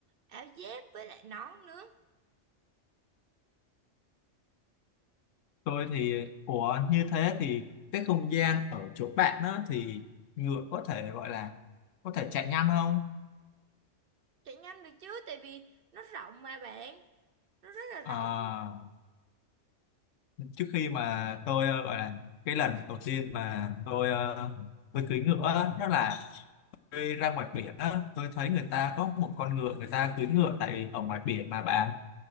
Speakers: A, on the right; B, on the left.
A: áo dép với lại nón nữa
B: tôi thì của như thế thì cái không gian ở chỗ bạn á thì ngựa có thể gọi là có thể chạy nhanh không
A: chạy nhanh được chứ tại vì nó rộng mà bạn nó rất là rộng
B: à, trước khi mà tôi ờ, gọi là cái lần đầu tiên mà tôi ờ, tôi cưỡi ngựa á, đó là tôi ra ngoài biển á tôi thấy người ta có một con ngựa người ta cưỡi ngựa tại ở ngoài biển mà bạn